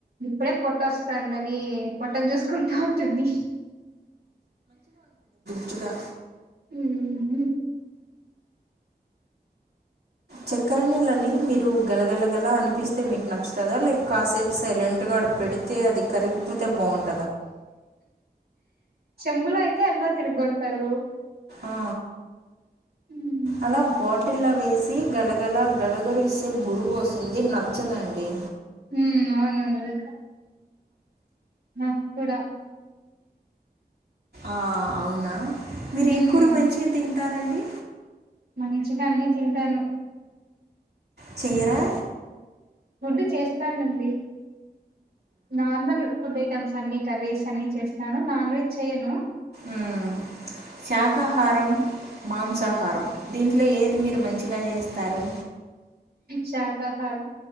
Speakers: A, on the right (about 75°); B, on the right (about 85°).
A: ఇప్పుడే పొట్ట వస్తుందని పొట్టం చూసుకుంటా ఉంటుంది
B: పట్టిగా
A: ఊహూ
B: చక్కరంనిళ్ళని మీరు గలగలగల అనిపిస్తే మీకు నచ్చుతదా లేదా కాసేపు సైలెంట్ గా అక్కడ పెడితే అది కరిగిపోతే బాగుంటుంది
A: చెంబులో అయితే అట్లా తిరగొడతారు
B: ఆ
A: ఉమ్
B: అలా బాటిల్లో వేసి గలగల గలగరు ఇస్తే బురుగు వస్తుంది నచ్చదండి
A: హ అవునంది ఆ కుడా
B: ఆ అవునా మీరు
A: ఉమ్
B: ఏ కూర మంచిగా తింటారండి
A: మంచిగా అన్నిీ తింటాను
B: చిరా
A: ఫుడ్ చేస్తానండి నార్మల్ ఫుడ్ ఐటమ్స్ అన్ని కర్రీస్ అన్ని చేస్తాను నాన్ వెజ్ చేయను
B: అ శాకాహారం మాంసాహారం దీంట్లో ఏది మీరు మంచిగా చేస్తారు
A: శాకాహారం